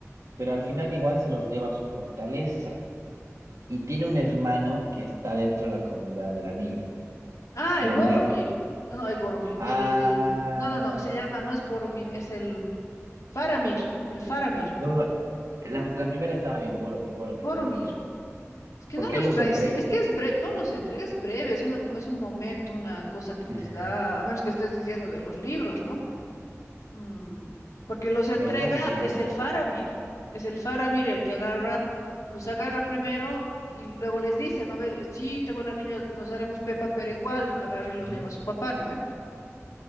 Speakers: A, on the right (about 80°); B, on the left (about 85°).
A: pero al final igual se los lleva a su fortaleza. Y tiene un hermano que está dentro de la comunidad del anillo,
B: Ah,
A: pero
B: el Boromir.
A: muere.
B: Ah, No, el Boromir.
A: Ah.
B: El... No, no, no, se llama, no es Boromir, es el Faramir. El Faramir.
A: No, no. La, la primera estaba bien, Boromir, Boromir,
B: Boromir.
A: Boromir.
B: Es que
A: ¿Por
B: no
A: qué
B: los
A: los
B: traes,
A: entrega.
B: es que es breve, no los entregas breve, es, una, es un momento, una cosa que
A: <laughs>
B: les da, a menos que estés diciendo de los libros, ¿no? Mm, porque los entrega
A: Me estás diciendo.
B: es el Faramir. Es el Faramir el que agarra, los agarra primero y luego les dice, ¿no ve? Sí, te voy el anillo, nos haremos Pepa, pero igual agarra y los
A: Ujú.
B: lleva a su papá, ¿no ve?